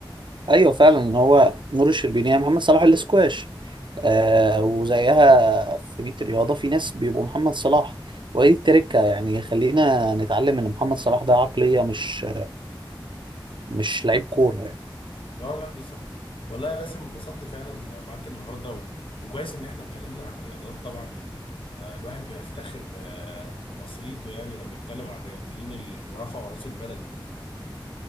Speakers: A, on the right; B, on the left.
A: ايوه فعلا هو نور الشربيني يا محمد صلاح الاسكواش آه وزيها في 100 رياضة في ناس بيبقوا محمد صلاح ودي التركة يعني خلينا نتعلم ان محمد صلاح ده عقلية مش مش لعيب كورة يعني
B: لا لا بالظبط والله يا باسم اتبسطت فعلا معاك النهارده و... وكويس ان احنا اتكلمنا عن الرياضات طبعا آه، الواحد بيفتخر ب... بمصريته يعني لما يتكلم عن الرياضيين اللي رفعوا راس البلد دول